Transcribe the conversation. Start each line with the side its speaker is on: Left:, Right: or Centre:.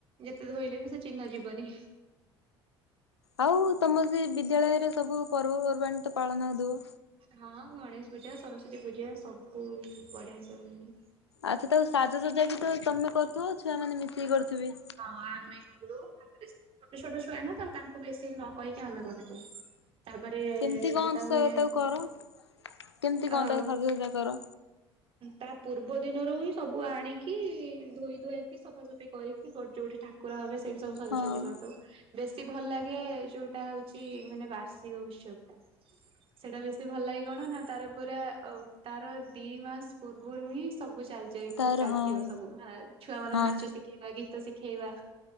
Right: ଯେତେ ଧୋଇଲେ ବି ସେ ଚିହ୍ନ ଯିବନି।
Left: ଆଉ ତମର ସେ ବିଦ୍ୟାଳୟରେ ସବୁ ପର୍ବପର୍ବାଣି ତ ପାଳନ ହଉଥିବ।
Right: ହଁ ଗଣେଶ ପୂଜା ସରସ୍ଵତୀ ପୂଜା ସବୁ ବଢିଆ ସେ ହୁଏ।
Left: ଆଚ୍ଛା ତାକୁ ସାଜସଜା ବି ତମେ କରୁଥିବ ଛୁଆ ମାନେ ମିଶିକି କରୁଥିବେ।
Right: ହଁ ଆମେ କରୁ ତାପରେ ଛୋଟ ଛୋଟ ଛୁଆ ନା ତ ତାଙ୍କୁ ବେଶୀ ନ କହିକି ଆମେ କରିଦଉ। ତାପରେ
Left: କେମିତି କଣ
Right: ଯୋଉଟା
Left: ସ
Right: ହୁଏ
Left: ତାକୁ କର କେମିତି
Right: ଆଉ।
Left: <unintelligible> କର।
Right: ତା ପୂର୍ବ ଦିନରୁ ହିଁ ସବୁ ଆଣିକି ଧୋଇ ଧୁଆକି ସଫାସଫି କରିକି ଯୋଉଠି ଠାକୁର ହେବେ ସେଇଟି ସବୁ ସଜାଜଜି
Left: ହଁ
Right: କରିଦଉ ବେଶୀ ଭଲ ଲାଗେ ଯୋଉଟା ହଉଚି ମାନେ ବାର୍ଷିକ ଉତ୍ସବ ଟା। ସେଇଟା ବେଶୀ ଭଲ ଲାଗେ କଣ ନା ତାର ପୁରା ତାର ଦି ମାସ ପୂର୍ବୁରୁ ହିଁ ସବୁ ଚାଲି ଯାଇଥିବ
Left: ତାର
Right: ଚାଲିଥିବ
Left: ହଁ
Right: ସବୁ ଆଁ ଛୁଆ ମାନଙ୍କୁ
Left: ହଁ
Right: ନାଚ ଶିଖି ଶଖେଇବା ଗୀତ ଶିଖେଇବା।